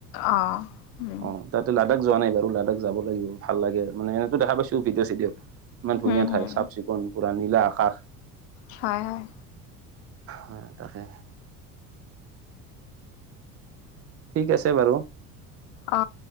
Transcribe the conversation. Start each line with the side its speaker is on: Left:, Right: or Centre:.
Left: অ উম
Right: অ তাতে লাডাখ যোৱা নাই বাৰু লাডাখ যাব লাগিব ভাল লাগে মানে দেখা পাইছো ভিডিঅ' চিডিঅ ইমান ধুনীয়া
Left: হুম
Right: ঠাই
Left: হুম
Right: চাফ-চিকুণ পূৰা নীলা আকাশ
Left: হয় হয়
Right: হয় তাকে ঠিক আছে বাৰু
Left: অ